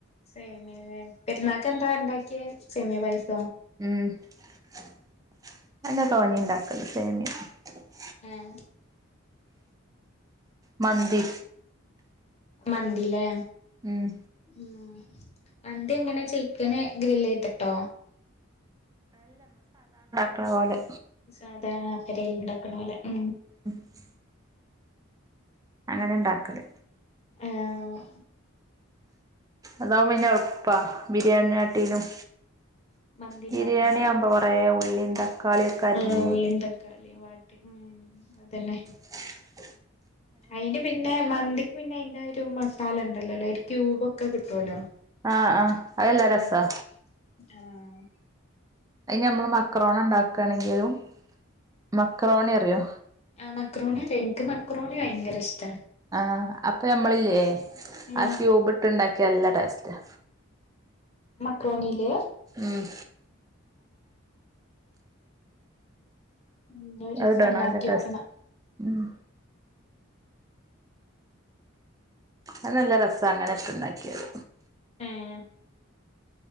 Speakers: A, on the left (about 30°); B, on the right (about 15°).
A: സേമിയ അല്ലേ പെരുന്നാൾക്ക് എന്താ ഉണ്ടാക്കിയെ സേമിയ പായസ
B: ഉം
A: ഏഹ്
B: മന്തി
A: മന്തി ല്ലേ
B: ഉം
A: ഉം മന്തി എങ്ങനെ ചിക്കന് ഗ്രില് ചെയ്തിട്ടോ
B: കിട്ടണപോലെ
A: സാധാരണ പേരേല് ഉണ്ടാക്കണ പോലെ ഉം
B: ഉം <inaudible> അങ്ങനെ ഇണ്ടാക്കല്
A: ആഹ്
B: അതാവുമ്പം പിന്നെ എളുപ്പാ ബിരിയാണിയാട്ടിലും
A: മന്തി
B: ബിരിയാണി
A: ഇണ്ടാക്കണേ
B: ആവുമ്പോ കൊറേം ഉള്ളി തക്കാളിയൊക്കെ അരിഞ്ഞ്
A: ആ ഉള്ളിയും തക്കാളിയും വാട്ടി ഉം അതന്നെ
B: ആ <inaudible>
A: അയിന് പിന്നെ മന്തി പിന്നെ അതിന്റെ ഒരു മസാല ഉണ്ടല്ലോ അല്ലേ ഒരു ക്യൂബ് ഒക്കെ കിട്ടുവല്ലോ
B: ആഹ് ആഹ് അതല്ലാ രസാ
A: ഉം ആഹ്
B: അയ് ഞമ്മള് മക്രോണി ഇണ്ടാക്കാണെങ്കിലും മക്രോണി അറിയോ
A: ആ മക്രോണി അറിയാം എനിക്ക് മക്രോണി ഭയങ്കര ഇഷ്
B: ആഹ് അപ്പൊ ഞമ്മളില്ലേ
A: ഉം
B: ആ ക്യൂബ് ഇട്ടുണ്ടാക്കി നല്ല ടേസ്റ്റാ
A: മക്രോണീല്
B: ഉം
A: ഉം ഇനി ഒരീസം
B: അതിടണം
A: ഉണ്ടാക്കി
B: നല്ല ടേസ്റ്റ്
A: നോക്കണം
B: ഉം അത് നല്ല രസാ അങ്ങനെ ഇട്ട് ഉണ്ടാക്കിയത്
A: ഏഹ്